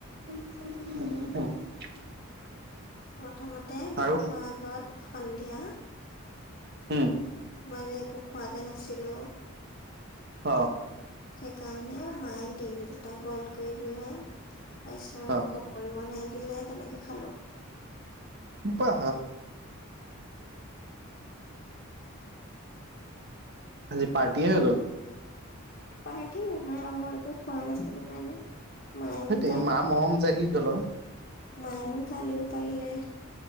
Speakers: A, on the right; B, on the left.
A: <unintelligible>
B: প্ৰথমতে ভাত
A: আৰু
B: খোৱাৰ আগত সন্ধিয়া
A: হম
B: মই যে একো খোৱা যে নাছিলোঁ।
A: অ
B: সেইকাৰণে মায়ে ডিম দুটা বইল কৰি দিলে। তাৰ পিছত
A: অ
B: পকৰি বনাই দিলে তেনেকে খালো।
A: বা আজি পাৰ্টি এ হৈ গ'ল।
B: পাৰ্টি নহয় আৰু মই একো খোৱা নাছিলো কাৰণে। মায়ে
A: সেইটো
B: মোক
A: মা মম জাগি গ'ল আও।
B: মাই মোক গালিও পাৰিলে